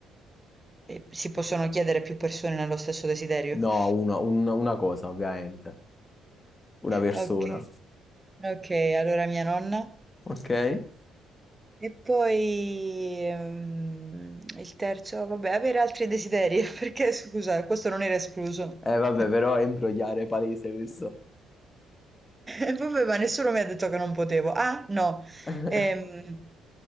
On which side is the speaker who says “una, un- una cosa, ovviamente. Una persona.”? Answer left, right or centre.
Left